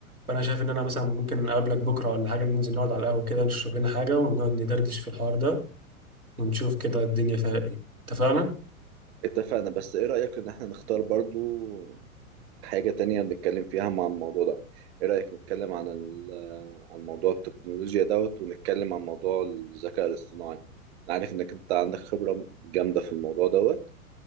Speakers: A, on the right (about 90°); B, on the right (about 45°).
A: فانا شايف ان انا مثلا ممكن اقابلك بكره ولا حاجه ننزل نقعد على القهوه كده نشرب لنا حاجه ونقعد ندردش في الحوار ده ونشوف كده الدنيا فيها ايه اتفقنا
B: اتفقنا بس ايه رأيك ان احنا نختار برضو حاجة تانية نتكلم فيها مع الموضوع ده ايه رأيك نتكلم عن ال- عن موضوع التكنولوجيا دوت ونتكلم عن موضوع الذكاء الاصطناعي انا عارف انك انت عندك خبرة جامدة في الموضوع دوت